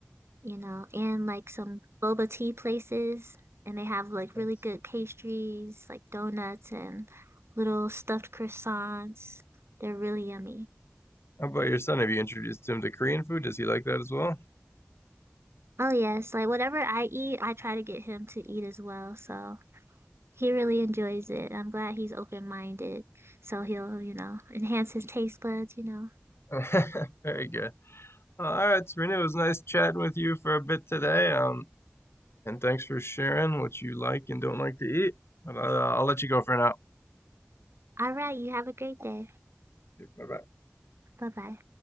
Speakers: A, on the right; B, on the left.
A: you know, and like some boba tea places, and they have like really
B: Yes.
A: good pastries, like donuts and little stuffed croissants. They're really yummy.
B: How about your son? Have you introduced him to Korean food? Does he like that as well?
A: Oh yes, like whatever I eat, I try to get him to eat as well. So He really enjoys it. I'm glad he's open-minded. So he'll, you know, enhance his taste buds, you know.
B: <laughs> Very good. All right, Serena, it was nice chatting with you for a bit today. Um, and thanks for sharing what you like and don't like to eat. But, uh, I'll let you go for now.
A: All right, you have a great day.
B: Bye bye.
A: Bye-bye.